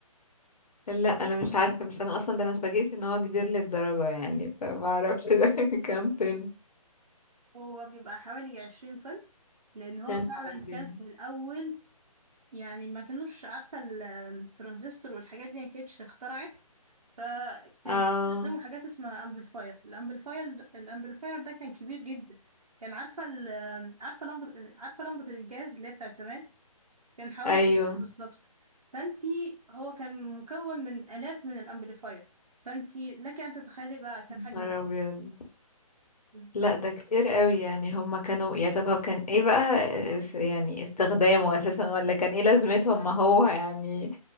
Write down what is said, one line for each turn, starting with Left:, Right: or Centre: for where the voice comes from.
Left: لا انا مش عارفة بس انا اصلا ده انا اتفاجئت ان هو كبير للدرجة يعني فما اعرفش ده <laughs> كام طن
Right: هو بيبقى حوالي عشرين طن لأن هو
Left: يا
Right: فعلا
Left: نهار ابيض
Right: كان في الأول يعني ما كانوش عارفة ال- الترانزستور والحاجات دي ما كانتش اخترعت فكان
Left: اه
Right: بيستخدموا حاجات اسمها أمبليفاير الأمبليفاير الأمبليفاير ده كان كبير جدا كان عارفة ال- عارفة لمبة عارفة لمبة الجاز اللي هي بتاعت زمان كان حوالي
Left: ايوه
Right: ألف بالظبط فأنتي هو كان مكون من آلاف من الأمبليفاير فأنتي لك أن تتخيلي بقى كان
Left: يا
Right: حجمه
Left: نهار ابيض
Right: بالظبط
Left: لا ده كتير قوي يعني هما كانوا يا طب هو كان ايه بقى اس- يعني استخدامه اساسا ولا كان ايه لازمته ما هو يعني